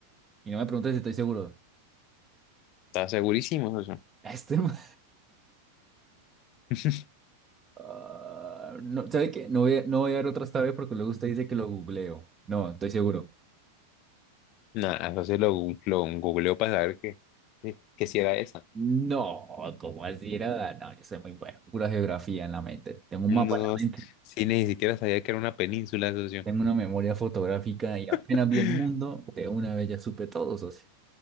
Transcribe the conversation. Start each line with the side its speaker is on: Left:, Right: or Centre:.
Right: Y no me preguntes si estoy seguro. <laughs>
Left: Está segurísimo, socio.
Right: Este man-
Left: <laughs>
Right: Ah, no, ¿sabe qué? No voy a, no voy a dar otra esta vez porque luego usted dice que lo googleo. No, estoy seguro.
Left: Nada, entonces lo, gu- lo googleó para saber que, que, que si era esa.
Right: No, ¿cómo así era? No, yo soy muy bueno. Pura geografía en la mente. Tengo un
Left: No,
Right: mapa en la mente.
Left: sí, ni siquiera sabía que era una península, socio.
Right: Tengo una memoria fotográfica y apenas
Left: <laughs>
Right: vi el mundo, de una vez ya supe todo, socio.